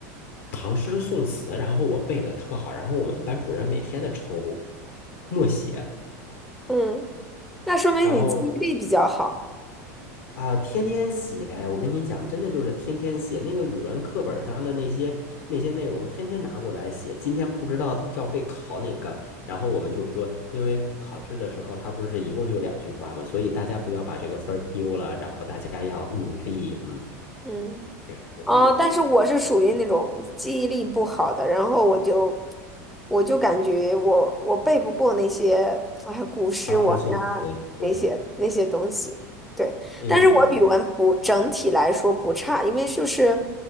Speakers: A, on the left (about 75°); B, in the centre.
A: 唐诗宋词，然后我背的特好。然后我们班主任每天的抽默写，
B: 嗯，那说明你记忆力比较好。
A: 然后啊，天天写，我跟你讲，真的就是天天写那个语文课本上的那些那些内容，天天拿过来写。今天不知道要被考哪个，然后我们就说，因为考试的时候它不是一共就两句话嘛，所以大家不要把这个分儿丢了，然后大家要努力，嗯，
B: 嗯。
A: 对，努力。
B: 啊，但是我是属于那种记忆力不好的，然后我就我就感觉我我背不过那些哎古诗文呀那些那些东西，
A: 考试宋词，对，
B: 对。
A: 嗯嗯
B: 但是我语文不整体来说不差，因为就是